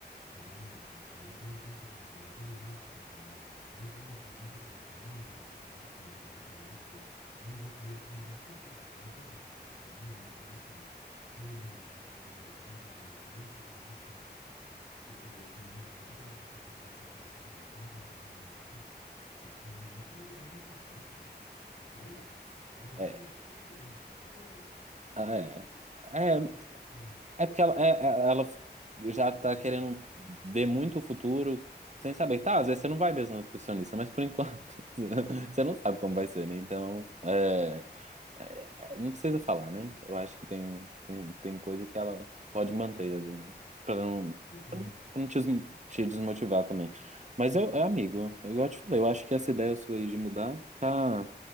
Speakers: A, on the left (about 60°); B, on the right (about 40°).
A: odeio morar aqui, eu entendo tudo que vocês fazem pra mim, eu entendo os luxos que eu tenho, eu entendo que eu não vou ter academia igual eu tenho aqui, eu entendo que eu não vou ter. Aí, meu- aí eu ainda tava conversando isso. Aí quando eu tava lá na cozinha, eu ainda falei assim, por exemplo, eu ia voltar pra minha nutricionista e falar assim, que eu teria que mudar minha dieta, porque eu teria que achar coisas que eu pudesse comprar. Aí minha mãe já começa. Mas, primeiramente, você não iria na nutricionista, né? Dirty Dots. Aí eu fico,
B: É,
A: sabe, tipo, ai, girl, ok.
B: ah, é. É,
A: Sabe, tipo, assim,
B: É porque ela, é- é- ela já tá querendo ver muito o futuro sem saber. Tá, às vezes você não vai mesmo no nutricionista, mas por enquanto <laughs> você não sabe como vai ser, né? Então, é, é- é, não precisa falar, né? Eu acho que tem, tem, tem coisa que ela pode manter ali, né? Pra não,
A: pois é.
B: pra não pra não te, desmo- te desmotivar também. Mas eu, é, amigo, é igual eu te falei, eu acho que essa ideia sua aí de mudar tá